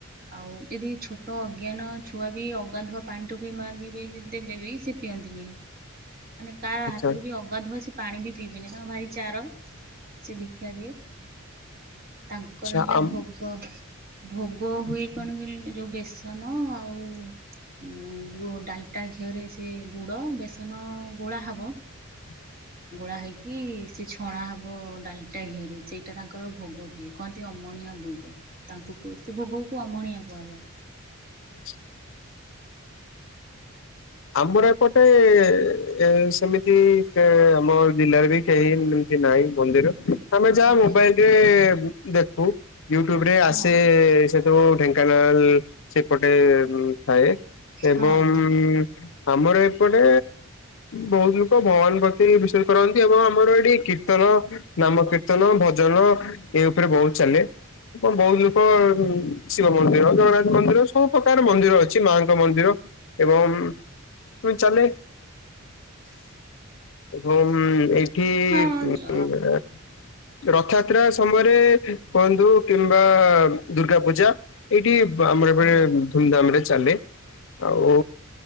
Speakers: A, on the right; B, on the left.
A: ଆଉ ଯଦି ଛୋ ଟ ଅଜ୍ଞାନ ଛୁଆ ବି ଅଗାଧୁଆ ପାଣି ଟୋପି ମାଗିବେ ଦେବେବି ସେ ପିଅନ୍ତିନି। ମାନେ କହା ହାତରୁ
B: ଆଚ୍ଛା
A: ବି ଅ ଗାଧୁଆ ସେ ପାଣି ବି ପିଇବେନି। ତାଙ୍କର ଭାରି ଚାର ସେ ଦୀକ୍ଷା ଜିଏ ତାଙ୍କର
B: ଆଚ୍ଛା
A: ହେଲା
B: ଆମ୍
A: ଭୋଗ, ଭୋଗ
B: ଆଚ୍ଛା।
A: ହୁଏ କଣ କହିଲୁ ଏ ଯୋଉ ବେସନ ଆଉ ଉଁ ଗୁ ଡାଲଟା ଘିଅରେ ସେ ଗୁଡ଼, ବେସନ, ଗୋଳା ହେବ।
B: ହ <unintelligible>
A: ଗୋଳା ହେଇକି ସେ ଛଣା ହେବ ଡାଲିଟା ଘିଅରେ ସେଇଟା ତାଙ୍କର ଭୋଗ ହୁଏ। କହନ୍ତି ଅମଣିଆ ଭୋଗ। ତାଙ୍କୁ କୁ ସେ ଭୋଗକୁ ଅମଣିଆ କୁହାଯାଏ।
B: ଆଛ <unintelligible> ଆମର ଏପଟେ ଏ ସେମିତି କେ ଆମ ଜିଲ୍ଲାରେ ବି କେହି ଏମତି ନାହିଁ ମନ୍ଦିର। ଆମେ ଯାହା
A: ଓହୋ
B: ମୋବାଇଲରେ ଦେଖୁ। ୟୁଟ୍ୟୁବ ରେ ଆସେ
A: ହଁ
B: ଯୋଉ ଢେଙ୍କାନାଳ ସେପଟେ ଥାଏ ଏବଂ
A: ହଁ
B: ଆମର ଏପଟେ ବହୁତ ଲୋକ ଭଗବାନ ପ୍ରତି ବିଶ୍ୱାଷ କରନ୍ତି ଏବଂ ଆମର ଏଠି କୀର୍ତ୍ତନ, ନାମ କୀର୍ତ୍ତନ, ଭଜନ ଏଇ ଉପରେ ବହୁତ ଚାଲେ। କଣ ବହୁତ ଲୋକ ଶିବ ମନ୍ଦିର ଜଗନ୍ନାଥ ମନ୍ଦିର ସବୁ ପ୍ରକାର ମନ୍ଦିର ଅଛି ମାଙ୍କ ମନ୍ଦିର। ଏବଂ ତ ଚାଲେ ଏବଂ ଏଇ କି
A: ହଁ ଆଜ୍ଞା
B: <unintelligible> ରଥଯାତ୍ରା ସମୟରେ କୁହନ୍ତୁ କିମ୍ବା ଦୁର୍ଗା ପୂଜା। ଏଇଠି ଆମର ଏବେ
A: ଆଜ୍ଞା ହଁ
B: ଧୁମଧାମ ରେ ଚାଲେ ଆଉ।